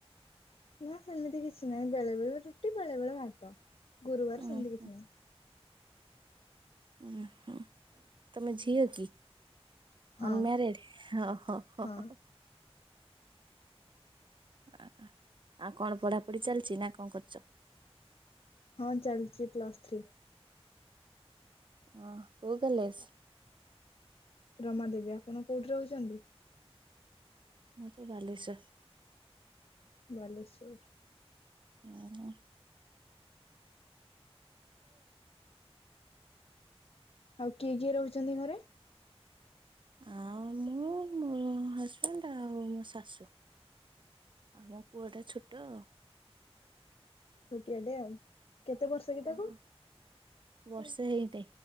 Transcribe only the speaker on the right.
ଉଁ ହୁଁ
ଉ ହୁଁ, ତମେ ଝିଅ କି?
ଅନ୍ ମ୍ୟାରେଡ୍ ହ ହ ହ।
ଆ-ଆ-ଆଉ କଣ ପଢ଼ାପଢ଼ି ଚାଲିଛି ନା କଣ କରୁଚ?
ହଁ, କଉ କଲେସ୍?
ମୁଁ ତ ବାଲେଶ୍ୱର।
ଉଁ ହୁଁ।
ଆଉ ମୁଁ ମୋ ହଜ୍ ବେଣ୍ଡ ଆଉ, ମ ଶାଶୁ ଆଉ ମୋ ପୁଅ ଟା ଛୋଟ-ଅ।
ଆଉ।
ବର୍ଷେ ହେଇନି।